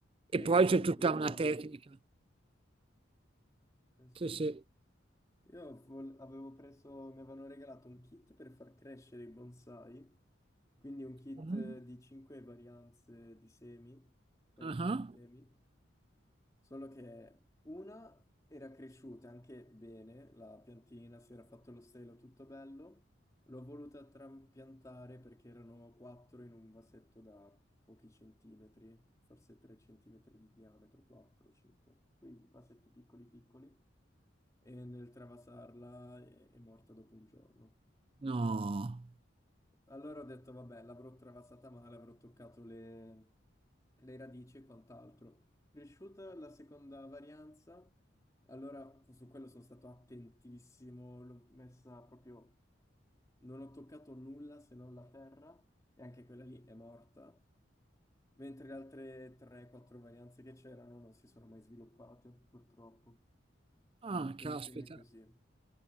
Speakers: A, on the right; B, on the left.
A: E
B: E
A: poi
B: io
A: c'è
B: ci ho
A: tutta
B: provato.
A: una tecnica.
B: Eh sì.
A: Sì, sì.
B: Io vol- avevo preso, mi avevano regalato un kit per far crescere i bonsai, quindi un kit
A: Mhm.
B: eh, di cinque varianze di semi, varietà
A: Ah ah?
B: di semi, solo che una era cresciuta anche bene, la piantina si era fatto lo stelo, tutto bello. L'ho voluta trapiantare perché erano quattro in un vasetto da pochi centimetri, forse 3 centimetri di diametro, 4-5, quei vasetti piccoli piccoli. e nel travasarla è, è morta dopo un giorno.
A: No.
B: Allora ho detto, vabbè, l'avrò travasata male, avrò toccato le, le radici e quant'altro. Cresciuta la seconda varianza, allora su quello sono stato attentissimo, l'ho messa proprio... Non ho toccato nulla se non la terra, e anche quella lì è morta, mentre le altre 3-4 varianze che c'erano non si sono mai sviluppate, purtroppo. Eh,
A: Ah,
B: ma con
A: caspita.
B: i semi è così.